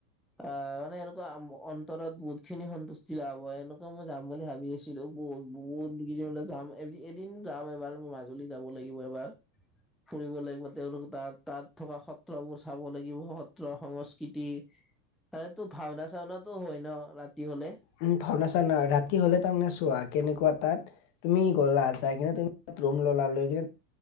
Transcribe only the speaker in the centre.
আ মানে এনেকুৱা আম অন্তৰত বহুত খিনি সন্তুষ্টি লাভ হয় এনুক ত মই যাম বুলি ভাবি আছিলো বহুত বহুত কিদিনলে যাম এ এদিন যাম এবাৰ মোৰ মাজুলী যাব লাগিব এবাৰ। ফুৰিব লাগিব তেওঁলোক তাত তাত থকা সত্ৰবোৰ চাব লাগিব। সত্ৰ সংস্কৃতি তাৰেতো ভাওনা চাওনাাতটো হয় ন ৰাতি হলে।